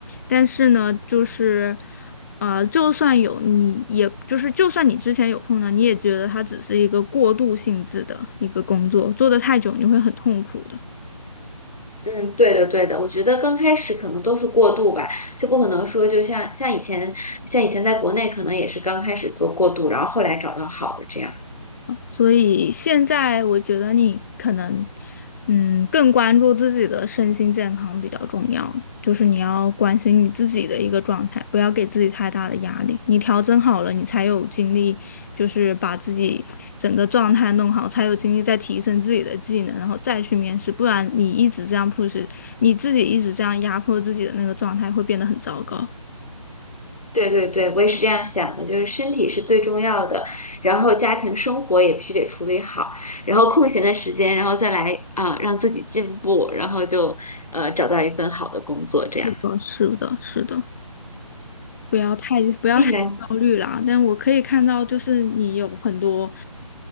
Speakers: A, on the left; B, on the left.
A: 但是呢，就是呃，就算有你，也就是就算你之前有碰到，你也觉得它只是一个过渡性质的一个工作，做得太久你会很痛苦的。
B: 嗯，对的，对的，我觉得刚开始可能都是过渡吧，就不可能说就像像以前，像以前在国内可能也是刚开始做过渡，然后后来找到好的这样。
A: 所以现在我觉得你可能，嗯，更关注自己的身心健康比较重要，就是你要关心你自己的一个状态，不要给自己太大的压力。你调整好了，你才有精力，就是把自己整个状态弄好，才有精力再提升自己的技能，然后再去面试。不然你一直这样 push，你自己一直这样压迫自己的那个状态会变得很糟糕。
B: 对对对，我也是这样想的，就是身体是最重要的，然后家庭生活也必须得处理好，然后空闲的时间，然后再来啊、让自己进步，然后就呃找到一份好的工作这样。
A: 是的，是的，是的。不要太不要太焦虑啦，
B: 哎呀，
A: 但我可以看到，就是你有很多，